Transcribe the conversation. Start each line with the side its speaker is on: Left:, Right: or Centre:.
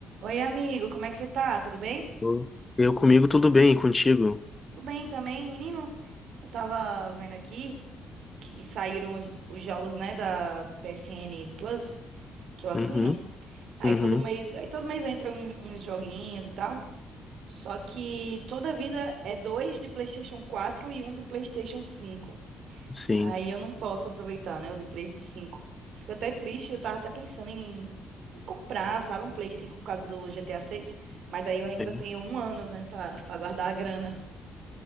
Right: Oi, amigo, como é que você tá? Tudo bem?
Left: Eu eu comigo tudo bem, e contigo?
Right: Tudo bem também, menino. Eu tava vendo aqui que saíram os, os jogos, né, da PSN Plus, que eu assino.
Left: Uhum,
Right: Aí
Left: uhum,
Right: todo mês, aí todo mês entram um- uns joguinhos e tal. Só que toda vida é dois de PlayStation 4 e um de PlayStation 5.
Left: sim.
Right: Aí eu não posso aproveitar, né, o de Play 5. Fico até triste, eu tava até pensando em em comprar, sabe, um Play 5 por causa do GTA 6, mas aí eu ainda
Left: É,
Right: tenho um ano, né, pra, pra guardar a grana.